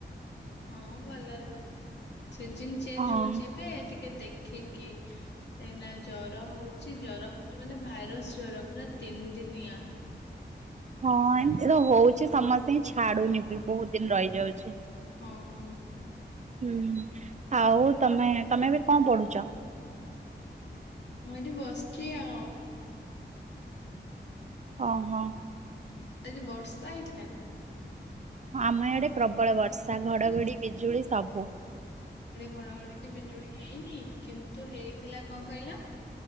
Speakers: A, on the left; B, on the right.
A: ହଁ, ଭଲ ରୁହ। ସିଜିନ ଚେଞ୍ଜ
B: ହଁ।
A: ହଉଛି ଏବେ ଟିକେ ଦେଖ। ଖିକି କାଇଁନା। ଜର ହଉଛି। ଜର ହଉ- ଯୋଉ ମାନେ ଭାଇରସ ଜର ପୁରା ତିନି ଦିନିଆ।
B: ହଁ, ଏମତି ତ ହଉଛି। ସମସ୍ତୀ ଙ୍କି ଛାଡୁନି ବି ବହୁତ ଦିନ ରହିଯାଉଛି।
A: ହଁ ହଁ।
B: ହୁଁ ଆଉ ତମେ ତମେ ଏବେ- କଣ ପଢୁଚ?
A: ମୁଁ ଏଇଠି ବସିଚି ଆଉ।
B: ଓ ହୋ
A: ଆଜି ବର୍ଷା ହେଇଥିଲା ନା?
B: ଆମ ଆଡେ ପ୍ରବଳ ବର୍ଷା ଘଡଘଡି- ବିଜୁଳି ସବୁ
A: ଘଡଘଡିକି ବିଜୁଳି ହେଇନି। କିନ୍ତୁ ହେଇଥିଲା କଣ କହିଲ?